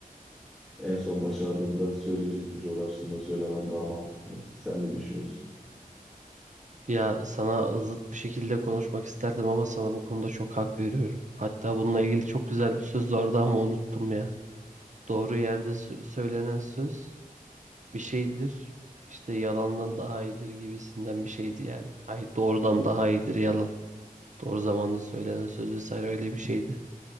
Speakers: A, in the centre; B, on the right.
A: En son başardığında söyleyecek güce ulaştığında söylemen daha mantıklı. Sen ne düşünüyorsun?
B: Ya sana zıt bir şekilde konuşmak isterdim ama sana bu konuda çok hak veriyorum. Hatta bununla ilgili çok güzel bir söz vardı ama unuttum ya. Doğru yerde sö- söylenen söz bir şeydir. İşte yalandan daha iyidir gibisinden bir şeydi yani. Ay doğrudan daha iyidir yalan. Doğru zamanda söylenen söz vesaire öyle bir şeydi.